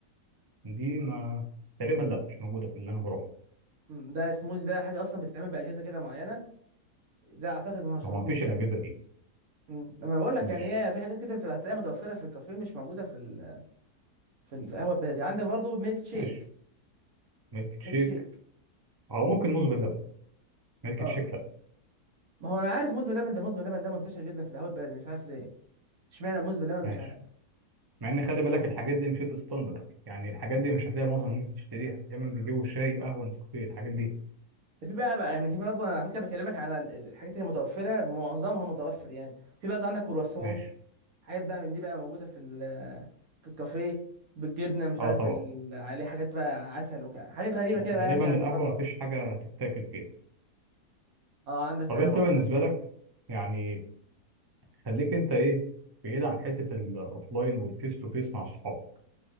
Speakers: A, on the right (about 25°); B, on the right (about 65°).
A: دي ما تقريبا لا مش موجوده في اللي انا بروحه
B: مم، ده سموزي ده حاجه اصلا بتتعمل باجهزه كده معينه ده اعتقد ما هوش
A: هو
B: موجود
A: ما فيش
B: يعني
A: الاجهزه دي
B: مم، لما أنا بقول لك
A: ماشي
B: يعني هي في حاجات كده بتبقى هتلاقيها متوفره في الكافيه مش موجوده في ال... في ال- في القهوه البلدي عندك برضو ميلك شيك
A: ماشي ميلك
B: ميلك
A: شيك
B: شيك
A: او ممكن موز باللبن ميلك
B: اه
A: شيك لا
B: ما هو انا عارف موز باللبن ده موز باللبن ده منتشر جدا في القهوه البلدي مش عارف ليه اشمعنى موز باللبن
A: ماشي
B: مش عارف
A: مع ان خلي بالك الحاجات دي مش الستاندرد يعني الحاجات دي مش هتلاقي معظم الناس بتشتريها دايما بيجيبوا شاي قهوه نسكافيه الحاجات دي
B: ده في بقى بقى يعني في برضه انا على فكره بكلمك على ال- الحاجات اللي متوفره معظمها متوفر يعني في برضه عندك كرواسون
A: ماشي
B: حاجات بقى من دي بقى موجوده في في الكافيه بالجبنه مش
A: اه
B: عارف
A: طبعا
B: ال- عليه حاجات بقى عسل وكده حاجات غريبه
A: لا
B: كده
A: غالبا
B: بقى يعني انت هتجربها
A: القهوه مفيش حاجه تتاكل فيها
B: اه عندك
A: طب
B: قهوه
A: انت بالنسبه
B: وعندك التاني
A: لك يعني خليك انت ايه بعيد عن حته الاوفلاين والفيس تو فيس مع صحابك